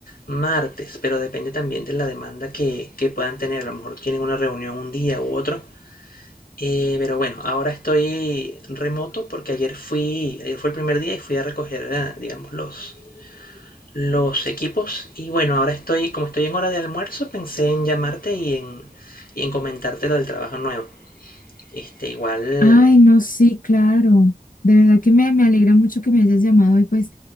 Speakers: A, on the left; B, on the left.
A: martes, pero depende también de la demanda que, que puedan tener. A lo mejor tienen una reunión un día u otro. Eh, pero bueno, ahora estoy remoto porque ayer fui, ayer fue el primer día y fui a recoger, eh, digamos, los, los equipos. Y bueno, ahora estoy, como estoy en hora de almuerzo, pensé en llamarte y en, y en comentarte lo del trabajo nuevo. Este, igual,
B: Ay, no, sí, claro. De verdad que me, me alegra mucho que me hayas llamado y pues